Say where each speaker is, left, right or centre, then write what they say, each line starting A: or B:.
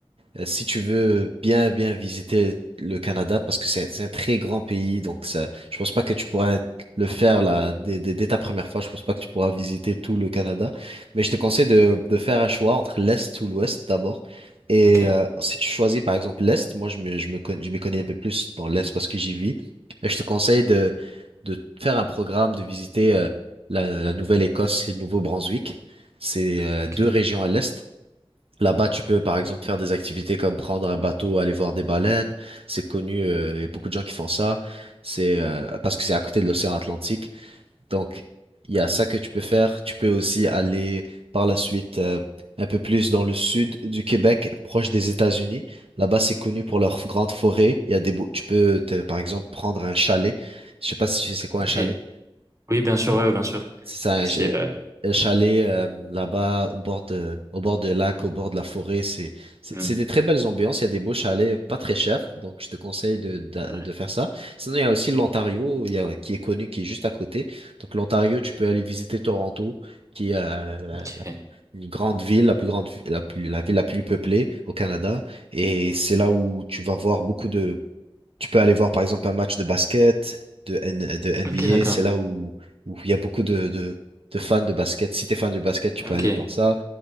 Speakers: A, on the right; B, on the right.
A: euh, Si tu veux bien, bien visiter le Canada, parce que c'est c'est un très grand pays, donc ça, je pense pas que tu pourras le faire là, dès, dès- dès ta première fois. Je pense pas que tu pourras visiter tout le Canada. Mais je te conseille de, de faire un choix entre l'Est ou l'Ouest d'abord. Et
B: Ok,
A: euh, si tu choisis par exemple l'Est, moi je me, je me connais, je m'y connais un peu plus dans l'Est parce que j'y vis. Et je te conseille de, de faire un programme, de visiter euh, la, la Nouvelle-Écosse et le Nouveau-Brunswick. C'est euh,
B: ok,
A: deux régions à l'Est. Là-bas, tu peux par exemple
B: ouais.
A: faire des activités comme prendre un bateau, aller voir des baleines. C'est connu, euh, il y a beaucoup de gens qui font ça. C'est euh, parce que c'est à côté de l'océan Atlantique. Donc, il y a ça que tu peux faire. Tu peux aussi aller par la suite euh, un peu plus dans le sud du Québec, proche des États-Unis. Là-bas, c'est connu pour leurs grandes forêts. Il y a des beaux- tu peux te- par exemple prendre un chalet. Je sais pas si tu sais c'est quoi
B: ok.
A: un chalet.
B: Oui, bien sûr, ouais, bien sûr.
A: C'est ça,
B: Aussi,
A: un,
B: euh,
A: un chalet euh, là-bas au bord de, au bord de lac, au bord de la forêt. C'est, c'est,
B: hmm.
A: c'est des très belles ambiances. Il y a des beaux chalets, euh, pas très chers. Donc, je te conseille de, de,
B: Ouais.
A: de faire ça. Sinon, il y a aussi l'Ontario, il y a- qui est connu, qui est juste à côté. Donc, l'Ontario, tu peux aller visiter Toronto, qui est euh, la-
B: Ok,
A: la- une grande ville, la plus grande, vi- la plus, la ville la plus peuplée au Canada. Et c'est là où tu vas voir beaucoup de tu peux aller voir par exemple un match de basket, de, N- de NBA,
B: ok, d'accord.
A: c'est là où, où il y a beaucoup de, de, de fans de basket. Si tu es fan de basket, tu
B: Ok,
A: peux aller voir ça.